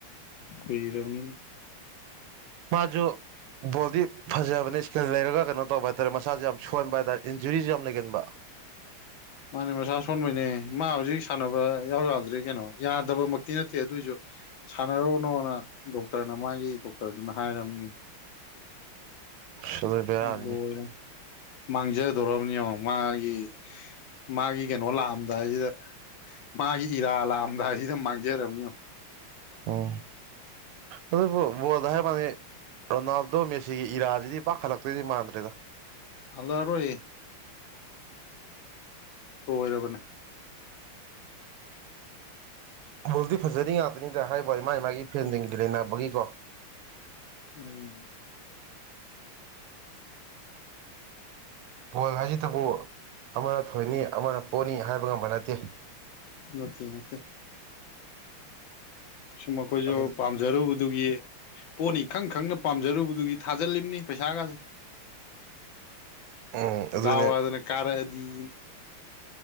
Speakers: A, on the left; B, on the right.
A: ꯀꯣꯏ ꯔꯧꯅꯤꯅꯤ
B: ꯃꯥꯁꯨ ꯕꯣꯜꯗꯤ ꯐꯖꯕꯅꯦ ꯏꯁꯀꯤꯜ ꯂꯩꯔꯒ ꯀꯩꯅꯣ ꯇꯧꯕ ꯍꯥꯏꯇꯥꯔꯦ ꯃꯁꯥꯥꯁ ꯌꯥꯝ ꯁꯣꯟꯕ ꯍꯥꯏꯇꯥꯔꯦ ꯏꯟꯖꯨꯔꯤꯁꯨ ꯌꯥꯝ ꯂꯩꯒꯟꯕ
A: ꯃꯥꯅꯦ ꯃꯁꯥ ꯁꯣꯟꯕꯩꯅꯦ ꯃꯥ ꯍꯧꯖꯤꯛ ꯁꯥꯟꯅꯕ ꯌꯥꯎ ꯌꯥꯗ꯭꯭ꯔꯤ ꯀꯩꯅꯣ ꯌꯥꯗꯕꯃꯛꯇꯤ ꯅꯠꯇꯦ ꯑꯗꯨꯑꯣꯏꯁꯨ ꯁꯥꯟꯅꯔꯣꯅꯣꯅ ꯗꯣꯛꯇꯔꯅ ꯃꯥꯒꯤ ꯗꯣꯛꯇꯔꯗꯨꯅ ꯍꯥꯏꯔꯝꯃꯤꯅꯤ
B: ꯑꯁ ꯑꯗꯨ ꯕꯦꯔꯥꯅꯤꯅꯦ
A: ꯂ‌ꯣꯏꯔ‌ꯦ ꯃꯥꯡꯖꯗꯧꯔꯕꯅꯦ ꯌ‌ꯦꯡꯉꯣ ꯃꯥꯒꯤ ꯃꯥꯒꯤ ꯀꯩꯅꯣ ꯂꯥꯛꯑꯝꯗꯥꯏꯁꯤꯗ ꯃꯥꯒꯤ ꯏꯔꯥ ꯂꯥꯛꯑꯝꯗꯥꯏꯁꯤꯗ ꯃꯥꯡꯖꯔꯝꯅꯤ ꯌ‌ꯦꯡꯉ‌ꯣ
B: ꯎꯝ ꯑꯗꯨꯕꯨ ꯕ‌ꯣꯜꯗ ꯍꯥꯏꯕ ꯋꯥꯅꯤ ꯔꯣꯅꯥꯜꯗꯣ ꯃꯦꯁꯤꯒꯤ ꯏꯔꯥꯁꯤꯗꯤ ꯄꯥꯛ ꯍꯜꯂꯛꯇꯣꯏꯗꯤ ꯃꯥꯟꯗ꯭ꯔꯦꯗ꯫
A: ꯍꯜꯂꯛꯑꯔꯣꯏꯌ‌ꯦ꯫ ꯂꯣꯏꯔꯕꯅꯦ꯫
B: ꯕꯣꯜꯗꯤ ꯐꯖꯔꯤ ꯉꯥꯛꯇꯅꯤꯗ ꯍꯥꯏꯕꯋꯥꯅꯤ ꯃꯥꯏ ꯃꯥꯏꯒꯤ ꯐ‌ꯦꯟꯁꯤꯡꯗ‌ꯣ ꯂꯥꯛꯄꯒꯤꯀ‌ꯣ
A: ꯎꯝ
B: ꯕꯣꯜ ꯍꯥꯏꯁꯤꯇꯕꯨ ꯑꯃꯅ ꯊꯣꯏꯅꯤ ꯑꯃꯅ ꯄꯣꯅꯤ ꯍꯥꯏꯕ ꯉꯝꯕ ꯅꯠꯇꯦ꯫
A: ꯅꯠꯇꯦ ꯅꯠꯇꯦ ꯁꯨꯝ ꯑꯩꯈꯣꯏꯁꯨ
B: ꯑꯗꯨ
A: ꯄꯥꯝꯖꯔꯨꯕꯗꯨꯒꯤ ꯄꯣꯅꯤ ꯈꯪ ꯈꯪꯅ ꯄꯥꯝꯖꯔꯨꯕꯗꯨꯒꯤ ꯊꯥꯖꯜꯂꯤꯕꯅꯤ ꯄꯩꯁꯥꯒꯁꯦ꯫
B: ꯎꯝ ꯑꯗꯨꯅꯦ
A: ꯗꯥꯎ ꯌꯥꯗꯅ ꯀꯥꯔꯛꯑꯗꯤꯅ꯫